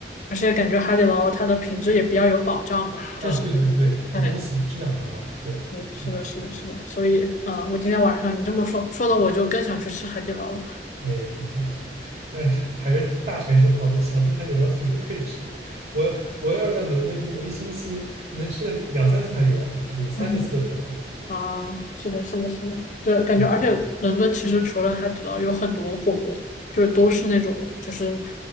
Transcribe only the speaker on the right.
啊，对对对，它东西质量很好，
对，
嗯，
哎，这但是还是大城市好，就想吃海底捞随时可以吃。我我要是在伦敦这个，我一星期能吃个两三次海底捞，不行，三四次都可能。
嗯